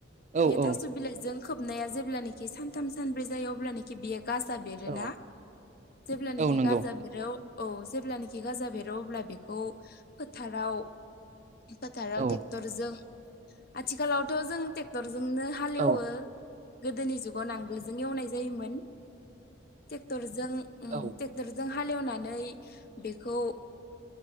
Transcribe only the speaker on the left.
बे थास' बिलाइजों खोबनाया जेब्लानोखि सानथाम सानब्रै जायो अब्लानोखि बियो गाजा बेरोना?
जेब्लानोखि
गाजा बेरो औ जेब्लानोखि गाजा बेरो अब्ला बेखौ फोथाराव फोथाराव
टेक्टरजों आथिखालावथ' जों टेक्टर जोंनो हालेवो।
गोदोनि जुगाव नांगोलजों एवनाय जायोमोन टेक्टर जों उम
टेक्टरजों हालेवनानै बेखौ